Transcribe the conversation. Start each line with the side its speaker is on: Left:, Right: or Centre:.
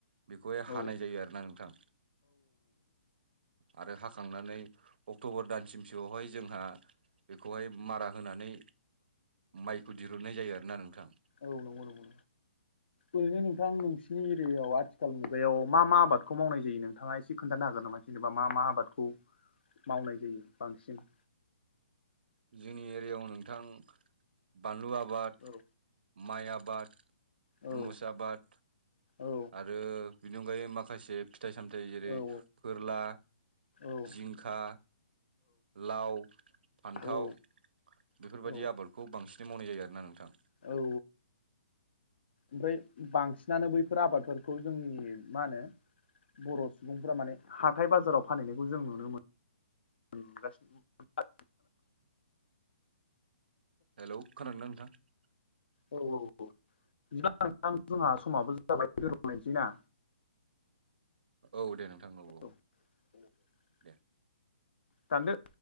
Right: बेखौहाय हानाय
Left: औ
Right: जायो आरो। ना नोंथां आरो हाखांनानै अक्ट'बर दानसिमसोआवहाय जोंहा बेखौहाय मारा होनानै माइखौ दिरूननाय जायो आरोना नोंथां।
Left: औ नंगौ नंगौ। ओरैनो नोंथां नोंसिनि एरियायाव आथिखाल मुगायाव मा- मा आबादखौ मावनाय जायो नोंथाङा एसे खोन्थानो हागोन नामा? जेनेबा मा- मा आबादखौ मावनाय जायो बांसिन
Right: जोंनि एरियायाव नोंथां बानलु आबाद
Left: औ
Right: माइ आबाद, तुरमुस
Left: औ
Right: आबाद
Left: औ
Right: आरो बेनि अनगायै माखासे फिथाइ -सामथाइ जेरै
Left: औ
Right: फोरला,
Left: औ
Right: जिंखा लाव -फान्थाव
Left: औ औ
Right: बेफोरबायदि
Left: औ
Right: आबादखौ बांसिन मावनाय जायो आरोना नोंथां।
Left: औ औ। ओमफ्राय बांसिनानो बैफोर आबादफोरखौ जोंनि मा होनो बर' सुबुंफोरा माने हाथाय बाजाराव फानहैनायखौ जों नुनो मोनो। <unintelligible>
Right: हेलौ खोनादों ना नोंथां?
Left: औ औ औ बिदिबा नोंथां जोंहा समाबो जाबाय दोनथलायनोसै ना?
Right: औ दे नोंथां औ औ।
Left: <inaudible>
Right: दे
Left: दानदो